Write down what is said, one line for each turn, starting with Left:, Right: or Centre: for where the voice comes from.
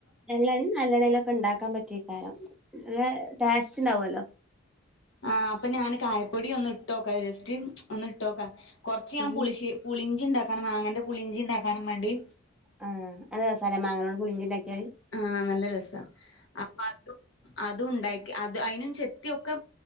Centre: എള്ളെണ്ണയിലും നല്ലെണ്ണേലൊക്കെ ഉണ്ടാക്കാൻ പറ്റിട്ടാരം നല്ല ടേസ്റ്റ് ഉണ്ടാവല്ലോ.
Left: ആ അപ്പൊ ഞാന് കായപ്പൊടി ഒന്ന് ഇട്ടോക്ക ജസ്റ്റ് ഒന്ന് ഇട്ടോക്ക കുറച്ച ഞാൻ
Centre: ഉം
Left: പുളിശ്ശേ പുളി ഇണ്ടാക്കാനും മാങ്ങന്റെ പുളിഞ്ചി ഉണ്ടാക്കാനും വേണ്ടി
Centre: ആ നല്ല റസാല്ലേ മാങ്ങനോട് പുളിഞ്ചി ഇണ്ടാക്കിയാല്.
Left: ആ നല്ല രസ അപ്പൊ അത് ഉണ്ടാക്കി അത് അതിനും ചെത്തിയൊക്കെ